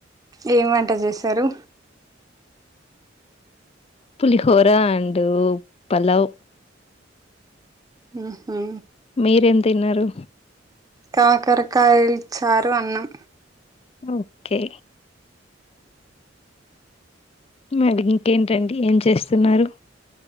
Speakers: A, on the right; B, on the left.
A: ఏమి వంట చేశారు
B: పులిహోర అండ్ పలవ్
A: ఉహు
B: మీరేం తిన్నారు
A: కాకరకాయల్ చారు అన్నం
B: ఓకే మరి ఇంకేంటండి ఏం చేస్తున్నారు